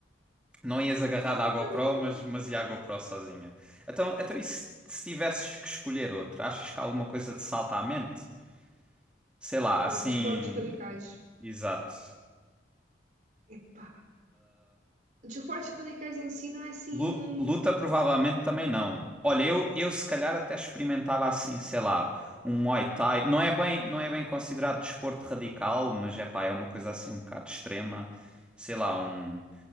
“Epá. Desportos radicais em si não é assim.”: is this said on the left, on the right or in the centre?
Right